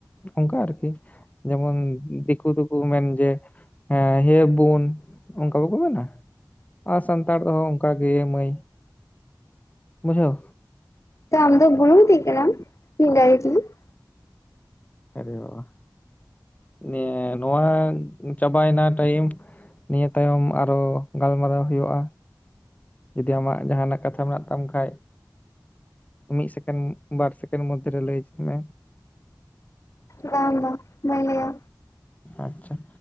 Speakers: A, on the left; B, on the left.
A: ᱚᱱᱠᱟ ᱟᱨᱠᱤ ᱡᱮᱢᱚᱱ ᱫᱤᱠᱩ ᱫᱚᱠᱚ ᱢᱮᱱ ᱡᱮ ᱦᱮᱸ ᱦᱮᱵᱩᱱ ᱚᱱᱠᱟ ᱵᱟᱠᱚ ᱢᱮᱱᱟ ᱟᱨ ᱥᱟᱱᱛᱟᱲ ᱛᱮᱦᱚᱸ ᱚᱱᱠᱟ ᱜᱮ ᱢᱟᱹᱭ ᱵᱩᱡᱷᱟᱹᱣ
B: ᱛᱚ ᱟᱢ ᱫᱚ ᱵ <unintelligible> <unintelligible>
A: ᱟᱨᱮ ᱵᱟᱵᱟ ᱱᱮ ᱱᱚᱣᱟ ᱪᱟᱵᱟᱭᱮᱱᱟ ᱴᱟᱭᱤᱢ ᱱᱤᱭᱟᱹ ᱛᱟᱭᱚᱢ ᱟᱨᱚ ᱜᱟᱞᱢᱟᱨᱟᱣ ᱦᱩᱭᱩᱜᱼᱟ ᱡᱚᱫᱤ ᱟᱢᱟᱜ ᱡᱟᱦᱟᱱᱟᱜ ᱠᱟᱛᱷᱟ ᱢᱮᱱᱟᱜ ᱛᱟᱢ ᱠᱷᱟᱡ ᱢᱤᱫ ᱥᱮᱠᱮᱱᱰ ᱵᱟᱨ ᱥᱮᱠᱮᱱᱰ ᱢᱚᱫᱽᱫᱷᱮ ᱨᱮ ᱞᱟᱹᱭ ᱦᱚᱪᱚ ᱢᱮ
B: ᱵᱟᱝ ᱫᱚ ᱵᱟᱝ ᱞᱟᱤᱭᱟ
A: ᱟᱪᱪᱷᱟ